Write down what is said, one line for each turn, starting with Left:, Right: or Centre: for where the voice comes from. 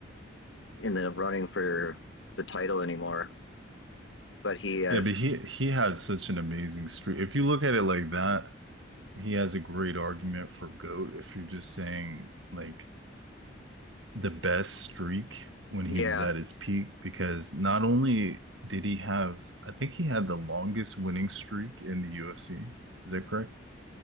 Left: in the running for the title anymore. But he had,
Right: Yeah, but he he had such an amazing streak. If you look at it like that. he has a great argument for GOAT if you're just saying like the best streak when he
Left: yeah,
Right: was at his peak, because not only did he have, I think he had the longest winning streak in the UFC. Is that correct?